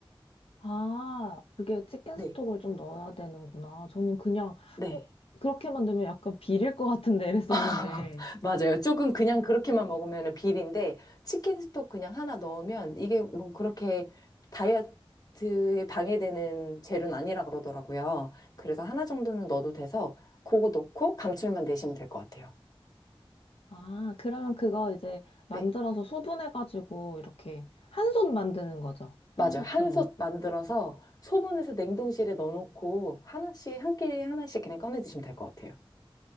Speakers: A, on the left (about 80°); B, on the left (about 40°).
A: 아, 그게 치킨
B: 네.
A: 스톡을 좀 넣어야 되는구나. 저는 그냥,
B: 네.
A: 어, 그렇게 만들면 약간 비릴 것 같은데 <laughs> 이랬었는데.
B: <laughs> 맞아요. 조금 그냥 그렇게만 먹으면 비린데 치킨 스톡 그냥 하나 넣으면 이게 뭐 그렇게 다이어트에 방해되는 재료는 아니라 그러더라고요. 그래서 하나 정도는 넣어도 돼서 그거 넣고 감칠맛 내시면 될 것 같아요.
A: 아, 그러면 그거 이제 만들어서
B: 네.
A: 소분해가지고 이렇게 한 손 만드는 거죠. 한
B: 맞아요.
A: 소트로.
B: 한솥 만들어서 소분해서 냉동실에 넣어놓고 하나씩 한 끼 하나씩 그냥 꺼내 드시면 될 것 같아요.